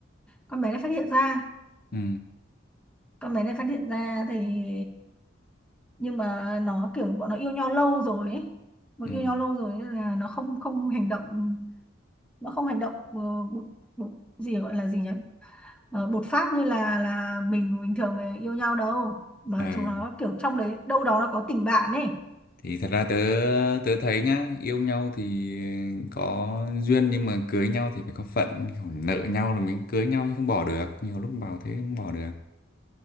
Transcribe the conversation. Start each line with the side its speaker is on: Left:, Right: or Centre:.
Centre: con bé này phát hiện ra
Left: Ừ.
Centre: con bé này phát hiện ra thì nhưng mà nó kiểu bọn nó yêu nhau lâu rồi ấy bọn
Left: Ừ.
Centre: yêu nhau lâu rồi nên là nó không không hành động nó không hành động ờ, bột, bột, gì gọi là gì nhỉ Ờ, bột phát như là là mình bình thường mà yêu nhau đâu mà
Left: À.
Centre: chúng nó kiểu trong đấy đâu đó nó có tình bạn ấy
Left: thì thật ra tớ tớ thấy nhá yêu nhau thì có duyên nhưng mà cưới nhau thì phải có phận Kiểu nợ nhau rồi mới cưới nhau chứ không bỏ được nhiều lúc bảo thế không bỏ được